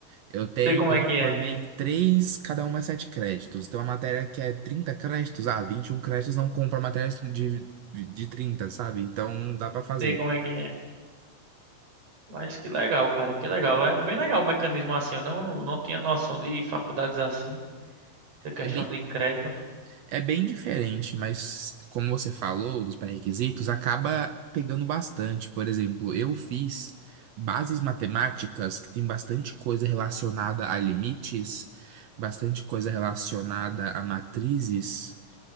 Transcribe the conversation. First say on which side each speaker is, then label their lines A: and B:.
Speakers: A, on the right (about 75°); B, on the right (about 45°).
A: Eu tenho,
B: Sei como
A: eu
B: é
A: me
B: que é.
A: formei em três, cada uma sete créditos. Tem uma matéria que é trinta créditos, ah, 21 créditos não compra matéria de, de 30 sabe? Então não dá pra fazer.
B: Sei como é que é. Mas que legal, cara. Que legal. É bem legal o mecanismo assim. Eu não, não tinha noção de faculdades assim. Da questão
A: É bem,
B: de crédito.
A: é bem diferente, mas como você falou dos pré-requisitos, acaba pegando bastante. Por exemplo, eu fiz bases matemáticas, que tem bastante coisa relacionada a limites, bastante coisa relacionada a matrizes.